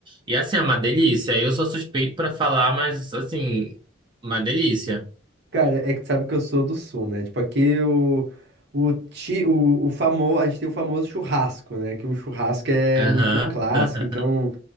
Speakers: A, on the right; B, on the right.
A: E assim, é uma delícia. Eu sou suspeito pra falar, mas assim, uma delícia.
B: Cara, é que tu sabe que eu sou do sul, né? Tipo, aqui o, o, ti, o, o famoso, a gente tem o famoso churrasco, né? Que o churrasco é
A: Aham.
B: muito clássico,
A: <laughs>
B: então